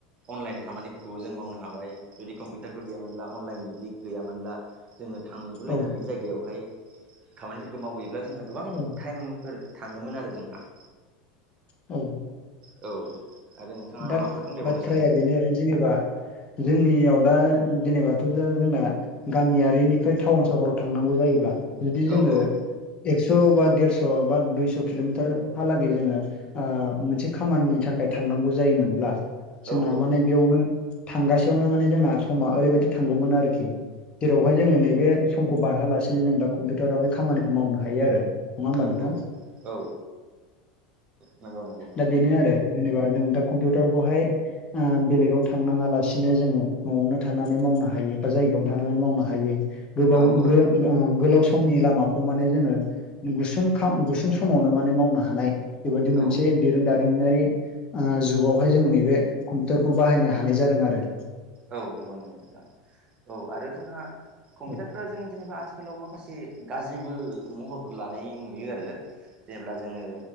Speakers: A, on the right (about 35°); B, on the left (about 30°).
A: अनलाइन खामानिफोरखौबो जों मावनो हाबाय जुदि कम्पिउटारफोर गैयामोनब्ला अनलाइन बिदि गैयामोनब्ला जोङो थांगुलायनानै
B: औ
A: जायगायावहाय खामानिफोरखौ मावहैयोब्ला जोंहा गोबां
B: औ
A: टाइमफोर थाङोमोन आरो जोंहा
B: औ।
A: औ। आरो नोंथाङा
B: दा
A: माबाफोर बुंदेरबावनो
B: बाथ्राया
A: सानदों
B: बेनो जेनेबा जोंनियाव दा जेनेबाथ' दा जोंना गामियारिनिफ्राय टाउन सहराव थांनांगौ जायोब्ला जुदि जोङो
A: औ औ
B: एक्स' बा देरस' बा दुइस' किल'मिटारहालागै जोङो ओ मोनसे खामानिनि थाखाय थांनांगौ जायोमोनब्ला जोंना
A: औ
B: माने बेयावनो थांगासेयावनो माने जोंना समा ओरैबायदि थांगौमोन आरोखि जेरावहाय जोङो नैबे समखौ बारहालासिनो जों दा कम्पिउटारावहाय खामानिखौ मावनो हायो आरो। नङा होमबा
A: औ
B: नोंथां
A: औ नंगौ नंगौ
B: दा बेनो आरो। जेनेबा जों दा कम्पिउटारखौहाय ओ बेलेगाव थांनाङालासिनो जोङो न'आवनो थानानै मावनो हायो बा जायगायावनो थानानै मावनो हायो। गोबाव
A: औ औ
B: गो-गोलाव समनि लामाखौ माने जोङो गुसुं खा गुसुं समावनो माने मावनो हानाय बेबादि मोनसे
A: औ
B: बिरोंदारिमिनारि ओ जुग बावहाय जों नैबे कम्पिउटारखौ बाहायनो हानाय जादों आरो।
A: औ नंगौ नंगौ नोंथां औ आरो जोंहा कम्पिउटारफोरा
B: औ
A: जों जेनेबा आथिखाल खालाव माखासे गाज्रिबो महरफोर लानाय नुयो आरो। जेनेब्ला जोङो